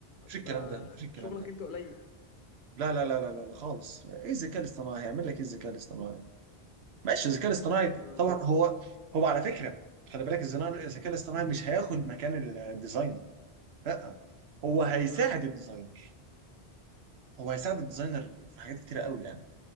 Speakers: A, on the right (about 80°); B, on the left (about 55°).
A: مفيش
B: هتبقى
A: الكلام ده مفيش الكلام
B: شغلك
A: ده
B: انت قليل
A: لا لا لا لا لا لا خالص ايه الذكاء الاصطناعي هيعمل لك ايه الذكاء الاصطناعي ماشي الذكاء الاصطناعي
B: آه.
A: طبعا هو هو على فكره خلي بالك الزنا- الذكاء الاصطناعي مش هياخد مكان ال- الديزاينر لا هو هيساعد
B: آه.
A: الديزاينر هو هيساعد الديزاينر في حاجات كتيره قوي يعني